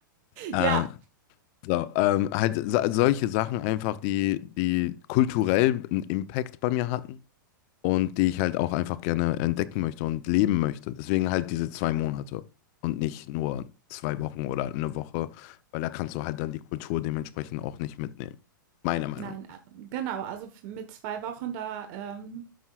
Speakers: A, on the left; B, on the right.
A: äh,
B: <laughs> Ja,
A: so, ähm, halt so- solche Sachen einfach, die, die kulturell einen Impact bei mir hatten und die ich halt auch einfach gerne entdecken möchte und leben möchte. Deswegen halt diese zwei Monate und nicht nur zwei Wochen oder eine Woche, weil da kannst du halt dann die Kultur dementsprechend auch nicht mitnehmen. Meiner Meinung
B: nein, äh,
A: nach.
B: genau, also f mit 2 Wochen da, ähm